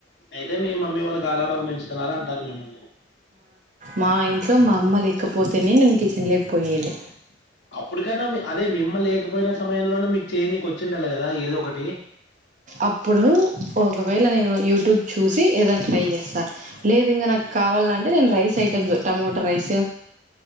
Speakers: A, on the left (about 65°); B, on the right (about 40°).
A: అయితే మీ మమ్మీ వాళ్ళు గారాబంగా పెంచుతున్నారు అంటారు మిమ్మని
B: మా ఇంట్లో మా అమ్మ లేకపోతేనే నేన్ కిచెన్ లోక్ పోయేది
A: అప్పుటికైన అదే మి అమ్మ లేకపోయిన సమయంలోనే మీక్ చేయని కి వచ్చిండాలి కదా ఏదో ఒకటి
B: అప్పుడు ఒకవేళ
A: ఆ,
B: నేను యూట్యూబ్ చూసి ఏదనా ట్రై
A: ఉమ్,
B: చేస్తాను లేదు ఇంకా
A: ఉమ్,
B: నాకు కావాలంటే నేన్ rice items tomato rice